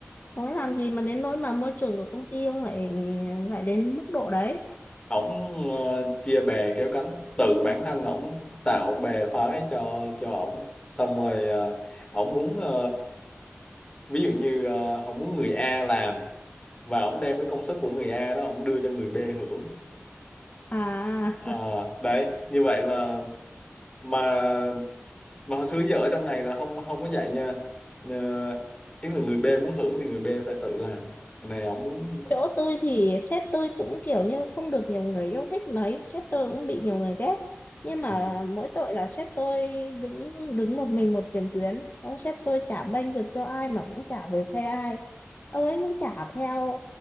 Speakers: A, on the left; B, on the left.
A: ông ấy làm gì mà đến nỗi mà môi trường của công ty ông lại lại đến mức độ đấy
B: ổng ờ, chia bè kéo cánh tự bản thân ổng tạo bè phái cho cho ổng xong rồi ờ, ổng muốn ờ, ví dụ như ờ, ổng muốn người A làm và ổng đem cái công sức của người A đó ổng đưa cho người B hưởng
A: à
B: Ờ, đấy như vậy là mà mà hồi xưa giờ ở trong này là không không có vậy nha uh, ý là người B muốn hưởng thì người B phải tự làm Cái này ổng muốn
A: chỗ tôi thì sếp tôi cũng kiểu như không được nhiều người yêu thích mấy sếp tôi cũng bị nhiều người ghét nhưng mà
B: Ừ.
A: mỗi tội là sếp tôi đứng đứng một mình một tiền tuyến ông sếp tôi chả bênh vực cho ai mà cũng chả về phe ai ông ấy cũng chả theo